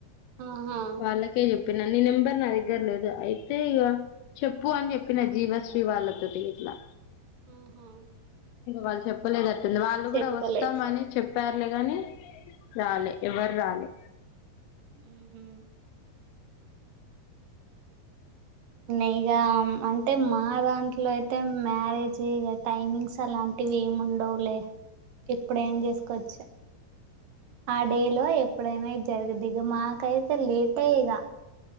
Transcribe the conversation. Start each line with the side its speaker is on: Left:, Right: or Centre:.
Right: ఆహా
Left: వాళ్ళకే చెప్పినాను నేనుం నంబరు నా దగ్గర లేదు అయితే ఇగ చెప్పు అని చెప్పిన జీవశ్రీ వాళ్ళతోటి ఇట్లా
Right: ఆహా
Left: వాళ్ళు చెప్పలేదట్టుంది వాళ్ళు
Right: చెప్తలే
Left: కూడా వస్తామ అని చెప్పారు రాలని రాలే ఎవరు రాలే
Right: ఉ ఇగ అంటే మా దాంట్లో అయితే మ్యారేజ్ ఇగ టైమింగ్స్ అలా లాంటివి ఏమి ఉండవులే ఇప్పుడ ఏం చేసుకోవచ్చు ఆ డేలో ఎప్పుడైనా జరుగదు ఇక మాకైతే లేటే ఇగ